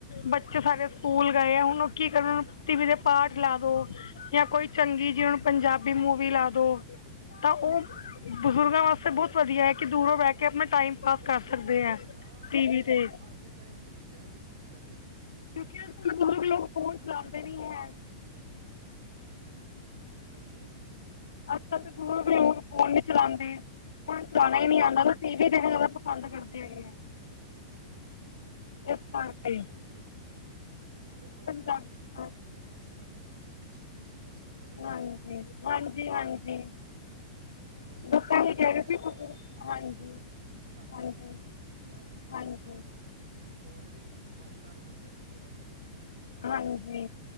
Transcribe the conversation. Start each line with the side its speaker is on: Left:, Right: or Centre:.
Left: ਬੱਚੇ ਸਾਰੇ ਸਕੂਲ ਗਏ ਆ ਹੁਣ ਉਹ ਕੀ ਕਰਨ ਟੀ ਵੀ ਤੇ ਪਾਠ ਲਾ ਦੋ ਜਾਂ ਕੋਈ ਚੰਗੀ ਜਿ ਹੁਣ ਪੰਜਾਬੀ ਮੂਵੀ ਲਾ ਦੋ ਤਾਂ ਉਹ ਬਜ਼ੁਰਗਾਂ ਵਾਸ ਤੇ ਬਹੁਤ ਵਧੀਆ ਐ ਕਿ ਦੂਰੋਂ ਬਹਿ ਕੇ ਆਪਣਾ ਟਾਈਮ ਪਾਸ ਕਰ ਸਕਦੇ ਐ
Right: ਹਾਂ
Left: ਟੀ ਵੀ
Right: ਇਹ
Left: ਤੇ
Right: ਚੀਜ਼ <unintelligible> ਤੇ ਵਧੀਆ ਜੇ ਤੁਸੀ ਕਹਿ ਰਹੇ ਹੋ
Left: ਕਿਉਂਕਿ ਅੱਜ ਕੱਲ ਬਜ਼ੁਰਗ ਲੋਕ ਫੋਨ ਚਲਾਉਂਦੇ ਨੀ ਹੈ
Right: ਹਾਂਜੀ
Left: ਅੱਜ ਕੱਲ ਤੇ <unintelligible> ਫੋਨ ਨੀ ਚਲਾਉਂਦੇ ਹੁਣ ਚਲਾਉਣਾ ਹੀ ਨੀ ਆਂਦਾ ਤਾਂ ਟੀ ਵੀ ਦੇਖਣਾ ਜ਼ਿਆਦਾ ਪਸੰਦ ਕਰਦੇ ਹੈਗੇ
Right: ਹਾਂਜੀ
Left: ਆ ਇਸ ਕਰਕੇ
Right: ਦੇਖੋ
Left: ਤਾਂ ਕਰਕੇ
Right: ਖਤਮ <unintelligible> ਹੈਲੋ
Left: ਹਾਂਜੀ, ਹਾਂਜੀ, ਹਾਂਜੀ
Right: ਹਾਂਜੀ,
Left: ਬਸ ਇਹੀ
Right: ਦੇਖੋ
Left: ਕਹਿ
Right: ਮੇਰੇ
Left: ਰਹੇ ਸੀ
Right: ਮੁਤਾਬਿਕ
Left: ਬਜ਼ੁਰਗ
Right: ਤੁਸੀਂ ਫੋਨ ਯੂਜ ਕਰੋ
Left: ਹਾਂਜੀ
Right: ਘੱਟ
Left: ਹਾਂਜੀ
Right: ਕਰੋ ਜ਼ਿਆਦਾ ਨਾ ਫੋਨ
Left: ਹਾਂਜੀ
Right: ਯੂਜ ਨਾ ਕਰੋ ਫੋਨ ਵੀ ਹਾਨੀਕਾਰਕ ਹੁੰਦਾ ਕਈ ਜਗਾ ਤੇ
Left: ਹਾਂਜੀ,